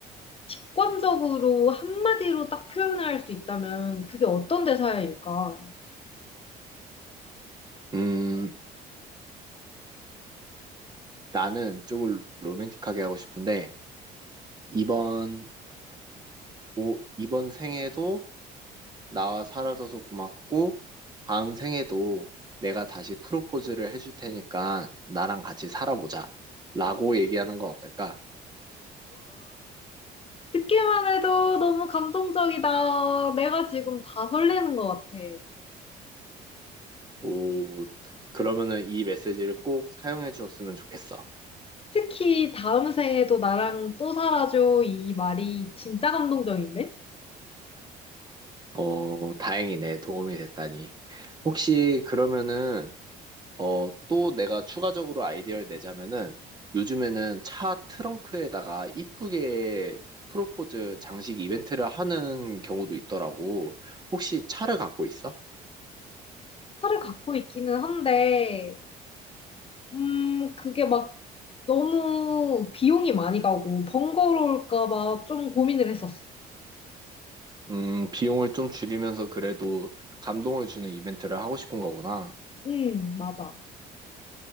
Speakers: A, on the left (about 35°); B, on the right (about 25°).
A: 직관적으로 한마디로 딱 표현할 수 있다면 그게 어떤 대사일까?
B: 음, 나는 쪽을 로맨틱하게 하고 싶은데, 이번, 오, 이번 생에도 나와 살아줘서 고맙고, 다음 생에도 내가 다시 프로포즈를 해줄 테니까 나랑 같이 살아보자. 라고 얘기하는 건 어떨까?
A: 듣기만 해도 너무 감동적이다. 내가 지금 다 설레는 것 같아.
B: 오, 그러면은 이 메시지를 꼭 사용해 주었으면 좋겠어.
A: 특히 다음 생에도 나랑 또 살아줘. 이 말이 진짜 감동적인데?
B: 어, 다행이네. 도움이 됐다니. 혹시 그러면은, 어, 또 내가 추가적으로 아이디어를 내자면은, 요즘에는 차 트렁크에다가 이쁘게 프로포즈 장식 이벤트를 하는 경우도 있더라고. 혹시 차를 갖고 있어?
A: 탈을 갖고 있기는 한데, 음, 그게 막 너무 비용이 많이 가고 번거로울까 봐 좀 고민을 했었어.
B: 음, 비용을 좀 줄이면서 그래도 감동을 주는 이벤트를 하고 싶은 거구나.
A: 음, 맞아.